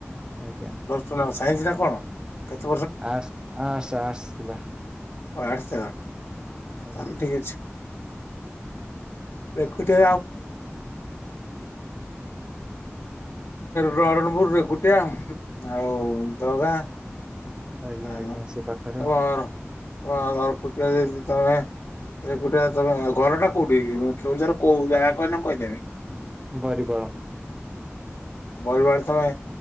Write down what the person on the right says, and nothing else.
ଆଜ୍ଞା।
ଆର୍ଟ୍ସ ଆର୍ଟ୍ସ ଆର୍ଟ୍ସ ଥିଲା।
ଆଜ୍ଞା
ଆଜ୍ଞା
ଆଜ୍ଞା ସେ ପାଖରେ
ବରିପାଳ।